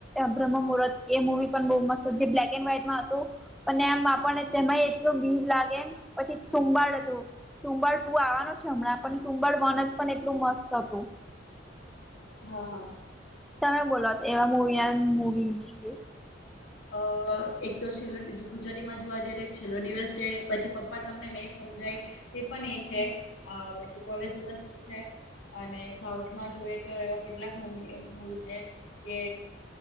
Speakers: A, in the centre; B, on the left (about 80°).
A: બ્રહ્મ મુહર્ત એ મુવી પણ બ મસ્ત જે બ્લેક એન્ડ વ્હાઈટમાં હતું. અને એમ આપણને તેમાં એટલું બીજ લાગે પછી થુંબાડ હતું. ટુંબર ટુ આવાનું છે હમણાં પણ ટુંબર વન જ પણ એટલું મસ્ત હતું.
B: હા હા.
A: તમે બોલો એવા મવી મવી.
B: અ એક તો છેલ્લો ગુજરાતીમાં જોવા જઈ તો છેલ્લો દિવસ છે પછી પપ્પા તમને નહીં સમજાય. તે પણ એ છે, પછી કોલેજ બસ છે. અને સાઉથમાં જોઈએ તો એવા કેટલાક મવી મૂવી છે, કે